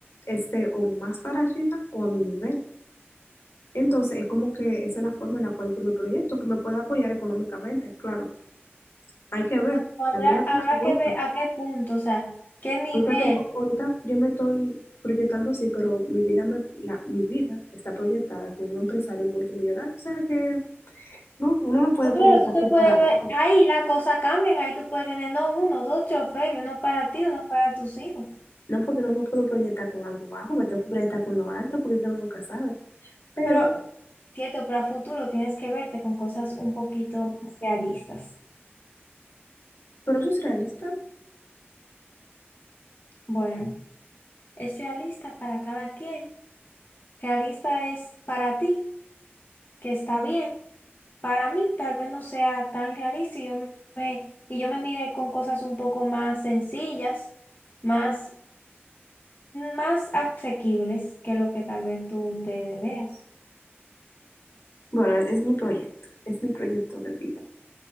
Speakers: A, on the left (about 75°); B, on the left (about 50°).
A: esté o más para arriba o a mi nivel. Entonces, es como que esa es la forma en la cual yo me proyecto, que me pueda apoyar económicamente, claro. Hay que ver,
B: Bueno, habrá,
A: la vida da
B: habrá
A: muchas vueltas.
B: que ver a qué punto, o sea, qué nivel.
A: Ahorita tengo- ahorita yo me estoy proyectando así, pero mi vida, me, la, mi vida está proyectada con un empresario multimillonario. O sea que no, uno no puede
B: No,
A: proyectar
B: claro, tú te
A: por
B: puedes
A: por abajo.
B: ver, ahí las cosas cambian, ahí tú puedes tener no uno, dos choferes, uno para ti, uno para tus hijos.
A: No porque no me puedo proyectar con algo bajo, me tengo que proyectar con lo alto porque uno nunca sabe. Pero,
B: Pero, cierto, para futuro tienes que verte con cosas un poquito más realistas.
A: pero eso es realista.
B: Bueno, es realista para cada quien. Realista es para ti, que está bien. Para mí, tal vez no sea tan realista y yo me, y yo me mire con cosas un poco más sencillas, más, más asequibles que lo que tal vez tú te veas.
A: Bueno, es mi proyecto, es mi proyecto de vida.